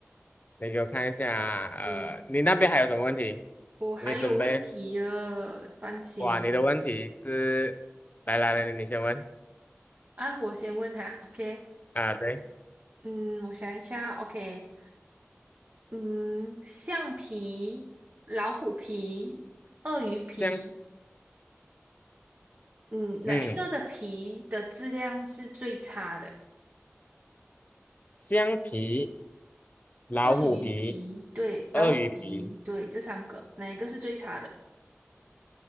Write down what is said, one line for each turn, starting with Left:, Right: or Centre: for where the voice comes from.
Left: 你给我看一下啊呃，
Right: 嗯，
Left: 你那边还有什么问题？
Right: 我还有问题了，
Left: 你准备，
Right: 放心
Left: 哇，你的问题是，来来来，你先问
Right: 啊，我先问他，OK？
Left: 啊，对，
Right: 嗯，我想一下，OK？嗯，橡皮、老虎皮、鳄鱼皮
Left: 橡，
Right: 嗯，哪一个的皮的质量是最差的？
Left: 嗯，橡皮、老虎皮、
Right: 鳄鱼皮，对，老虎皮，
Left: 鳄鱼皮，
Right: 对，这三个，哪一个是最差的？